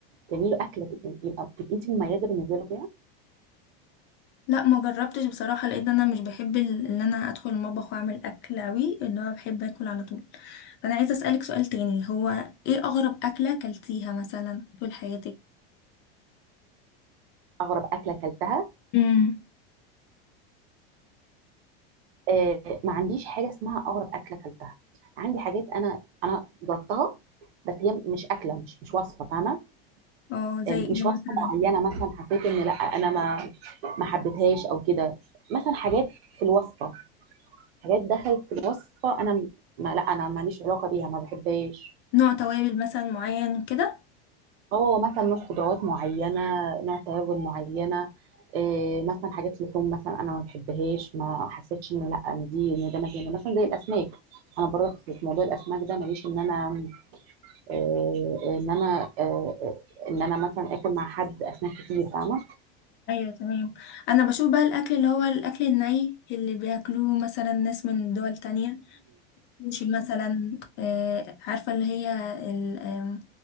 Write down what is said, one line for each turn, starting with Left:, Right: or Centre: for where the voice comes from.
Right: تعملي له اكله تبقى يبقى- تبقي انت مميزه بالنسبه له فيها
Left: لا ما جربتش بصراحة لان انا مش بحب ال- ان انا ادخل المطبخ واعمل اكل اوي اللي هو بحب اكل على طول فانا عايزة اسألك سؤال تاني هو ايه اغرب اكلة اكلتيها مثلا طول حياتك
Right: اغرب اكله اكلتها
Left: امم
Right: آه ما عنديش حاجه اسمها اغرب اكله اكلتها عندي حاجات انا انا جربتها بس هي مش اكله مش مش وصفه فاهمه
Left: اه
Right: آه
Left: زي
Right: مش
Left: ايه
Right: وصفه
Left: مثلا
Right: معينه مثلا حسيت ان لا انا ما ما حبيتهاش او كده مثلا حاجات في الوصفه حاجات دخلت في الوصفه انا م- ما لا انا ماليش علاقه بيها ما بحبهاش
Left: نوع توابل مثلا معين كده
Right: هو مثلا نوع خضروات معينة نوع توابل معينة إيه مثلا حاجات لحوم مثلا انا ما بحبهاش ما حسيتش ان لا ان دي ان ده مكاني مثلا زي الاسماك انا برضه في موضوع الاسماك ده ماليش ان انا إيه ان انا إيه ان انا مثلا اكل مع حد اسماك كتير فاهمة
Left: ايوه تمام انا بشوف بقى الاكل اللي هو الاكل الني اللي بياكلوه مثلا ناس من دول تانية مش مثلا آه عارفة اللي هي ال- آم،